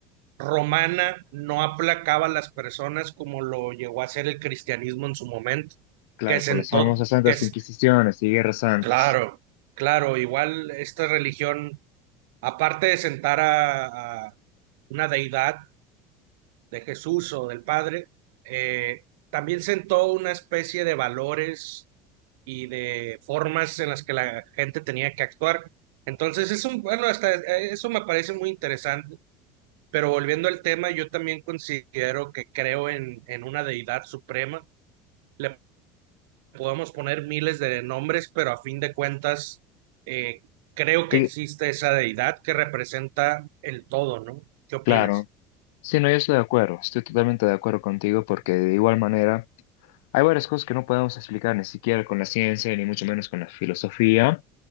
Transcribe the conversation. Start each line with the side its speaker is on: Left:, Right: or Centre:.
Right: romana no aplacaba a las personas como lo llegó a hacer el cristianismo en su momento,
Left: Claro,
Right: que sentó,
Left: por las famosas santas
Right: que es,
Left: inquisiciones y guerras santas.
Right: claro, claro, igual esta religión, aparte de sentar a, a una deidad, de Jesús o del Padre, eh, también sentó una especie de valores y de formas en las que la gente tenía que actuar. Entonces, es un, bueno, hasta eso me parece muy interesante, pero volviendo al tema, yo también considero que creo en, en una deidad suprema. Le podemos poner miles de nombres, pero a fin de cuentas, eh, creo que
Left: Sí,
Right: existe esa deidad que representa el todo, ¿no? ¿Qué opinas?
Left: claro. Sí, no, yo estoy de acuerdo, estoy totalmente de acuerdo contigo porque de igual manera hay varias cosas que no podemos explicar ni siquiera con la ciencia, ni mucho menos con la filosofía.